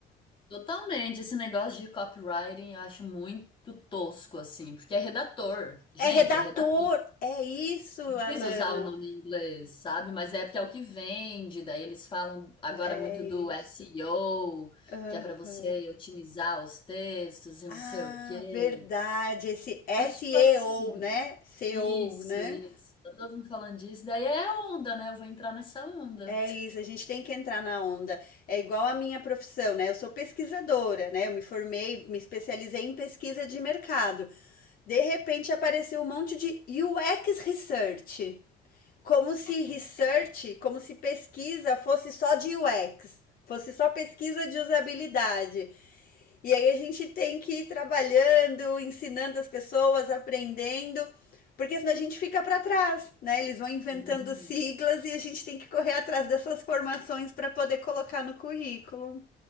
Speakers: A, on the left; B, on the left.
A: Totalmente, esse negócio de copywriting eu acho muito tosco, assim, porque é redator. Gente,
B: É redator,
A: é redator.
B: é isso,
A: Não
B: Alana.
A: precisa usar o nome em inglês, sabe? Mas é porque é o que vende. Daí eles falam agora
B: É
A: muito do
B: isso.
A: SEO,
B: Uhum.
A: que é para você otimizar os textos e
B: Ah,
A: não sei o quê.
B: verdade. Esse SEO,
A: Mas, tipo assim,
B: né? SEO,
A: isso,
B: né?
A: isso. Tá todo mundo falando disso. Daí é onda, né? Eu vou entrar nessa onda.
B: É isso, a gente tem que entrar na onda. É igual a minha profissão, né? Eu sou pesquisadora, né? Eu me formei, me especializei em pesquisa de mercado. De repente apareceu um monte de UX Research. Como se research, como se pesquisa fosse só de UX, fosse só pesquisa de usabilidade. E aí a gente tem que ir trabalhando, ensinando as pessoas, aprendendo, porque senão a gente fica para trás, né? Eles vão inventando
A: Uhum.
B: siglas e a gente tem que correr atrás dessas formações para poder colocar no currículo.